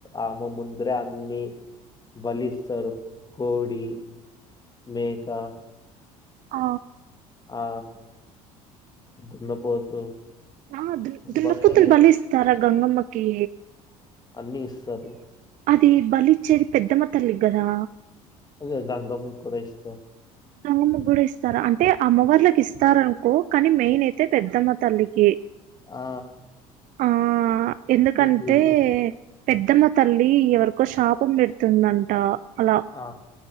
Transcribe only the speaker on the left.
ఆమె ముందరే అన్నీ బలిస్తారు. కోడి మేక
ఆ దున్నపోతు
బఫెల్
అన్ని ఇస్తారు
అదే గంగమ్మ కి కూడా ఇస్తరూ
ఆ
ఇటు ఇటు
ఆ